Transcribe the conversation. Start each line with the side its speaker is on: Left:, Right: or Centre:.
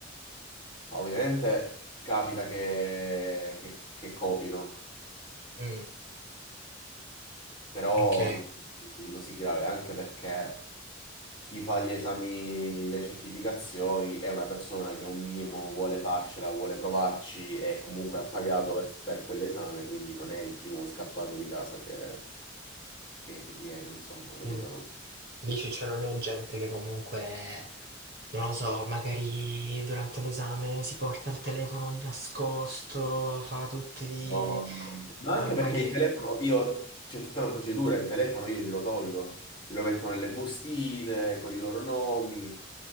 Left: Ovviamente capita che, che- che copino,
Right: Mm,
Left: però
Right: ok.
Left: di, di così grave, anche perché chi fa gli esami, le certificazioni è una persona che un minimo vuole farcela, vuole provarci e comunque ha pagato per, per quell'esame, quindi non è il primo scappato di casa che, che, che viene, insomma, capito,
Right: Mm.
Left: no?
Right: Dici, cioè, non è gente che comunque, non lo so, magari durante l'esame si porta il telefono di nascosto, fa tutti lì...
Left: No, no, no. Ma
Right: No,
Left: anche
Right: Ma
Left: perché
Right: che...
Left: il telefono, io, c'è tutta una procedura, il telefono io glielo tolgo, glielo metto nelle bustine con i loro nomi,